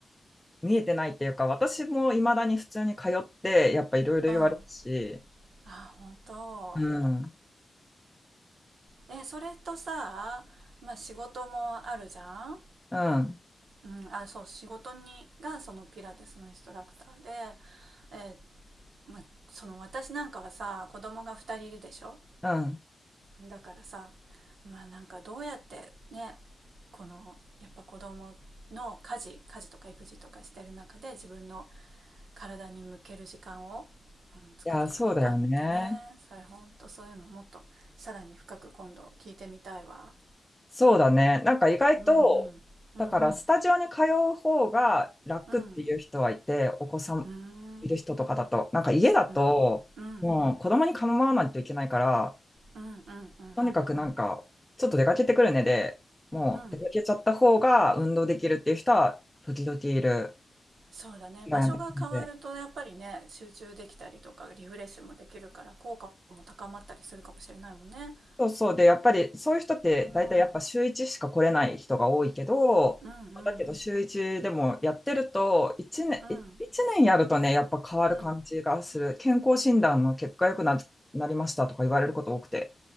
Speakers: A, in the centre; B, on the right (about 80°).
A: 見えてないっていうか、私も未だに普通に通って、やっぱいろいろ言われるし、
B: ああ、本当。
A: うん、
B: え、それとさ、まあ仕事もあるじゃん
A: うん、
B: うん、あ、そう、仕事に、がそのピラティスのインストラクターで、えーまあ、その私なんかはさ、子供が2人いるでしょ
A: うん。
B: だからさ、まあなんかどうやってね、この、やっぱ子供の家事、家事とか育児とかしてる中で自分の体に向ける時間を、うん、作っていくのかってねそれほんとそういうのもっとさらに深く今度聞いてみたいわ
A: いや、そうだよね。そうだね。なんか意外と、
B: うんうんうん
A: だかうらスん。スタジオに通う方が楽っていう人はいて、
B: うん
A: お子さんいる人とかだと、
B: うんうん
A: なんか家だと、
B: うんうんうん
A: もう子供に構わないといけないから、
B: うんうん
A: とにかくなんか、ちょっと出かけてくるねで、もう出かけちゃった方が運動できるっていう人は時々いる。
B: うんそうだね場所が変わるとやっぱりね集中できたりとかリフレッシュもできるから効果も高まったりするかもしれないもんね、
A: クライアントさんでそうそうで、やっぱりそういう人って大体やっぱ週1しか来れない人が多いけど、
B: うん、うんうん
A: だけど週1でもやってると、1年、
B: うん
A: い一年やるとね、やっぱ変わる感じがする。
B: うん
A: 健康診断の結果良くな、なりましたとか言われること多くて。